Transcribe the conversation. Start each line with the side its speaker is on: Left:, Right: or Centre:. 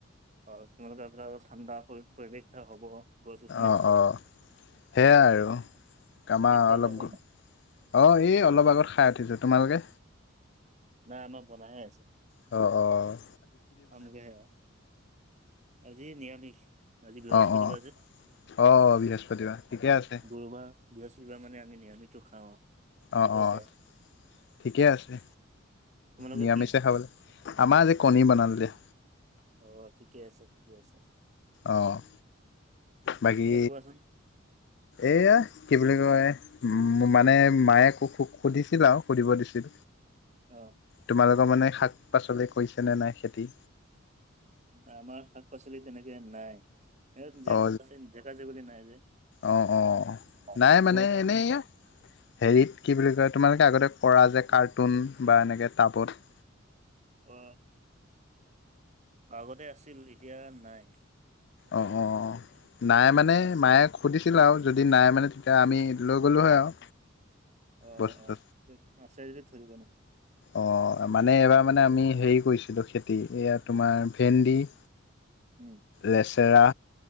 Right: আৰু তোমালোকৰ সেইফালে অলপ ঠাণ্ডা পৰি-পৰিৱেশ এটা হ'ব। গছ গছনি
Left: অঁ,
Right: আছেতো
Left: অঁ, সেয়াই আৰু। আমাৰ
Right: বাকী খোৱা
Left: অলপ
Right: বোৱা হ'ল
Left: অঁ, এই অলপ আগত খাই উঠিছোঁ। তোমালোকে?
Right: নাই, আমাৰ বনাইহে আছে।
Left: অঁ, অঁ।
Right: খামগেহে আৰু, আজি নিৰামিষ। আজি বৃহস্পতিবাৰ
Left: অ' অ'।
Right: যে,
Left: অ বৃহস্পতিবাৰ ঠিকে আছে
Right: গুৰুবাৰ। বৃহস্পতিবাৰে মানে আমি নিৰামিষতো খাওঁ।
Left: অঁ,
Right: আগৰ
Left: অঁ,
Right: পৰা
Left: ঠিকে আছে,
Right: তোমালোকৰ
Left: নিৰামিষে
Right: কি
Left: খাব লাগে। আমাৰ আজি কণী বনালো দে।
Right: অঁ ঠিকে আছে ঠিকে আছে।
Left: অঁ বাকী
Right: এতিয়া কোৱাচোন
Left: এইয়া কি বুলি কয়। মানে মায়ে সু সু সুধিছিল আৰু সুধিব দিছিল।
Right: অঁ।
Left: তোমালোকৰ মানে শাক পাচলি কৰিছেনেে নাই খেতি।
Right: আমাৰ শাক পাচলি তেনেকে নাই। জে
Left: অ
Right: জেগা জেগলী নাই যে।
Left: অ অ
Right: অঁ।
Left: নাই মানে
Right: তোমালোকৰ আছে
Left: এনেই
Right: নেকি?
Left: হেৰিত কি বুলি কয়, তোমালোকে আগতে কৰা যে কাৰ্টুন বা এনেকে টাবত।
Right: অ আগতে আছিল এতিয়া নাই।
Left: অঁ হ নাই মানে মায়ে সুধিছিল আৰু যদি নাই মানে তেতিয়া আমি লৈ গলোহই আৰু
Right: অ
Left: বস্তু
Right: অ আছে যদি ধৰিব ন
Left: অঁ মানে এইবাৰ মানে আমি হেৰি কৰিছিলোঁ খেতি, এইয়া তোমাৰ ভেন্দি। <inaudible>
Right: উম
Left: লেচেৰা